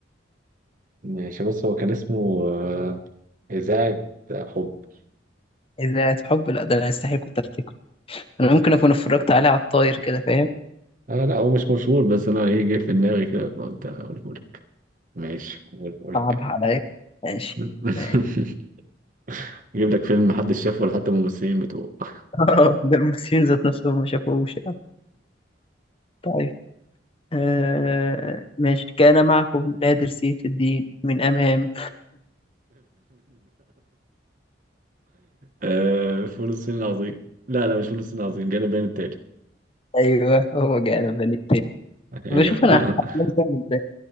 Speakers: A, on the right (about 45°); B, on the left (about 30°).
A: ماشي بص هو كان اسمه آه إذاعة حب
B: إذا حب لا ده انا استحيل كنت افتكره انا ممكن اكون اتفرجت عليه على الطاير كده فاهم
A: آه لا هو مش مشهور بس أنا إيه جه في دماغي كده فقلت أقوله لك ماشي قول قول
B: صعب
A: حاجة
B: عليا ماشي
A: <laughs>
B: ماشي
A: أجيب لك فيلم محدش شافه ولا حتى الممثلين بتوعه <laughs>
B: <laughs> ده الممثلين ذات نفسهم ما شافوش يعني. طيب آه ماشي كان معكم نادر سيف الدين من أمام
A: آه فول الصين العظيم لا لا مش فول الصين العظيم جانا البيان التالي
B: أيوه هو جانا بني التاني
A: أيوه
B: بشوف أنا حفلات
A: <laughs>
B: بتعمل إزاي